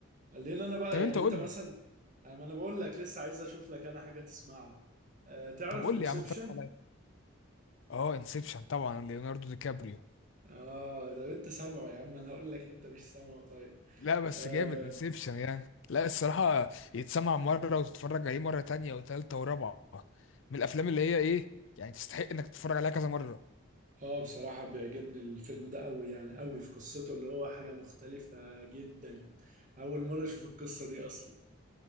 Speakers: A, on the right; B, on the left.
A: خلينا انا بقى
B: طب
A: يعني
B: انت قول
A: انت مثلا
B: لي
A: يعني ما انا بقول لك لسه عايز اشوف لك انا حاجة تسمعها أه تعرف
B: طب قول
A: انسبشن
B: لي يا عم اقترح عليا اه انسبشن طبعا ليوناردو دي كابريو
A: اه ده انت سامعه يا عم انا هقول لك انت مش سامعه طيب
B: لا بس
A: اه
B: جامد انسبشن يعني لا الصراحة يتسمع مرة وتتفرج عليه مرة تانية وتالتة ورابعة من الأفلام اللي هي إيه يعني تستحق إنك تتفرج عليها كذا مرة
A: اه بصراحة بيعجبني الفيلم ده قوي يعني قوي في قصته اللي هو حاجة مختلفة جدا اول مرة اشوف القصة دي اصلا